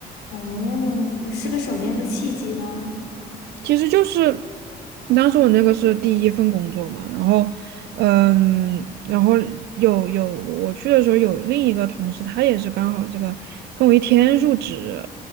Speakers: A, on the left (about 80°); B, on the right (about 75°).
A: 哦，是个什么样的契机呢？
B: 其实就是当时我那个是第一份工作嘛，然后，嗯，然后有有我去的时候有另一个同事，他也是刚好这个跟我一天入职，